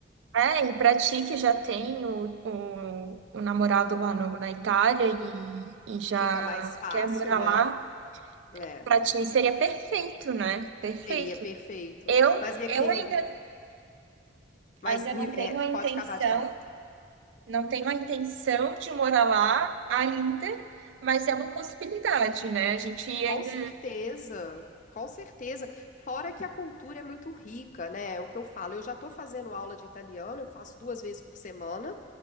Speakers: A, on the right (about 75°); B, on the left (about 45°).
A: É, e pra ti que já tem o, o, o namorado lá no- na Itália e, e já
B: Fica mais fácil,
A: quer morar
B: né?
A: lá,
B: É,
A: pra ti seria perfeito, né? Perfeito.
B: seria perfeito.
A: Eu,
B: Mas, minha
A: eu
B: querida,
A: ainda,
B: mas
A: ainda
B: me-
A: não
B: é,
A: tenho a intenção,
B: pode acabar de falar.
A: não tenho a intenção de morar lá ainda, mas é uma possibilidade, né? A gente
B: Com
A: ainda
B: certeza, com certeza. Fora que a cultura é muito rica, né? É o que eu falo. Eu já estou fazendo aula de italiano, eu faço duas vezes por semana.